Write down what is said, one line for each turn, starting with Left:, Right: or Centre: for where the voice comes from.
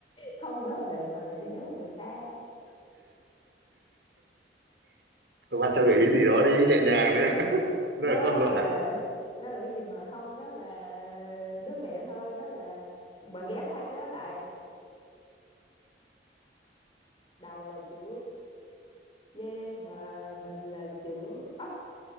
Left: không đố được mà lại đi đố người ta
Right: các bạn cho gợi ý gì đó đi nhẹ nhàng nữa <laughs> Nó
Left: nó
Right: là con
Left: là
Right: vật à
Left: nó là cái gì mà không nó là đứa mẹo thôi nó là bạn ghép hai cái đó lại đầu là chữ dê mà mình là chữ ốc